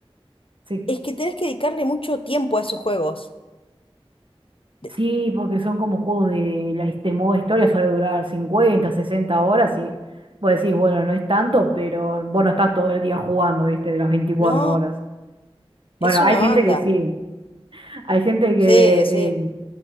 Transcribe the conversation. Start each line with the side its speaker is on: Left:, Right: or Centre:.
Right: sí.
Left: es que tenés que dedicarle mucho tiempo a esos juegos. De-
Right: Sí, porque son como juegos de la, his- del modo historia, suele durar 50, 60 horas y vos decís, bueno, no es tanto, pero vos no estás todo el día jugando, viste, de las 24
Left: No,
Right: horas. Bueno,
Left: es una
Right: hay
Left: banda.
Right: gente que sí, hay gente que,
Left: Sí, sí,
Right: eh,